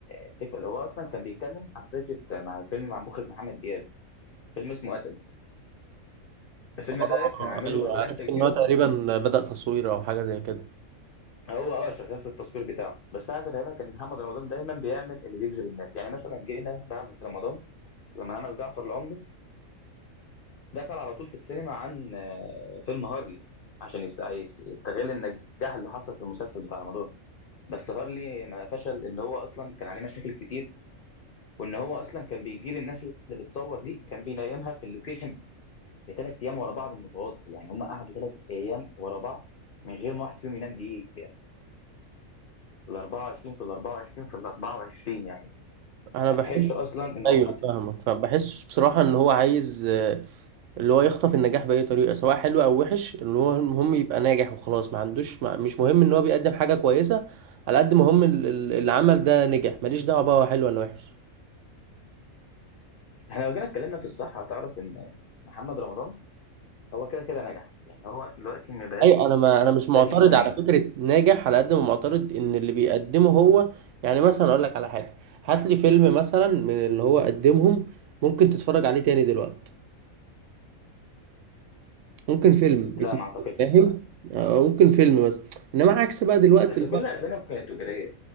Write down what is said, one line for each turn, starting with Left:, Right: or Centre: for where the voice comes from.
Left: الفكره اللي هو اصلا كان بيتكلم عن فكره مع فيلم مع مخرج محمد دياب فيلم اسمه اسد الفيلم
Right: اه
Left: ده كان عامل
Right: أيوه
Left: له بروباجندا
Right: عرفت
Left: كبيره
Right: إن هو تقريبا
Left: خالص
Right: بدأ تصوير أو حاجة زي كده
Left: هو اه شغال في التصوير بتاعه بس عايز افهمك ان محمد رمضان دايما بيعمل اللي بيجذب الناس يعني مثلا جينا بعد رمضان لما عمل جعفر العمدة دخل على طول في السينما عن آه، فيلم هارلي عشان يست- آه، يست- يستغل النجاح اللي حصل في المسلسل بتاع رمضان بس هارلي ما فشل ان هو اصلا كان عليه مشاكل كتير وان هو اصلا كان بيجيب الناس اللي بتصور دي كان بينيمها في اللوكيشن بثلاث ايام ورا بعض متواصل يعني هم قعدوا ثلاث ايام ورا بعض من غير ما واحد فيهم ينام دقيقه في ال 24 في ال 24 في ال 24 يعني
Right: أنا
Left: ما
Right: بحس
Left: لحقش اصلا ان
Right: أيوه
Left: هم
Right: فاهمك فبحسه بصراحة إن هو عايز اللي هو يخطف النجاح بأي طريقة سواء حلو أو وحش اللي هو المهم يبقى ناجح وخلاص ما عندوش ما مش مهم إن هو بيقدم حاجة كويسة على قد ما هم ال- ال- العمل ده نجح ماليش دعوة بقى هو حلو ولا وحش
Left: احنا لو جينا اتكلمنا في الصحه هتعرف ان محمد رمضان هو كده كده نجح يعني هو دلوقتي ما بقاش
Right: أيوة أنا ما
Left: آه،
Right: أنا مش
Left: مستني
Right: معترض
Left: ان هو ينجح
Right: على فكرة ناجح على قد ما معترض إن اللي بيقدمه هو يعني مثلا أقول لك على حاجة هات لي فيلم مثلا من اللي هو قدمهم ممكن تتفرج عليه تاني دلوقتي ممكن فيلم
Left: لا
Right: اتنين،
Left: ما اعتقدش
Right: فاهم
Left: بصراحه
Right: آه، ممكن فيلم مثلا انما عكس بقى دلوقتي
Left: بس كل افلامه كانت تجاريه